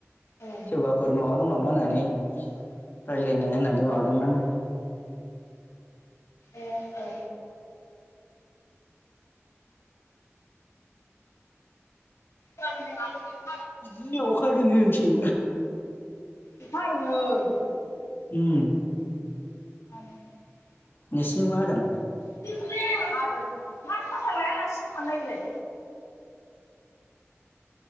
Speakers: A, on the left; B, on the left.
A: औ
B: सोरबाफोर माबा दं नामा होननानै रायलायनो होननानै माबा दोंमोन आङो।
A: ए औ। <inaudible>
B: जि अखा हादों जोंनिथिं।
A: अखा हादों नै
B: उम
A: <unintelligible>
B: नोंसिनिजोंबो हादों
A: <inaudible> मा साथा लायालासिनो थांनाय बेलाय